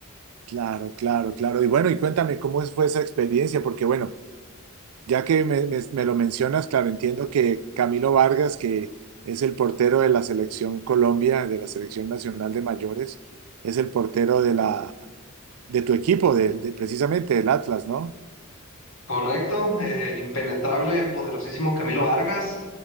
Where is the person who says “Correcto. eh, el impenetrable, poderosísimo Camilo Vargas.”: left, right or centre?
Left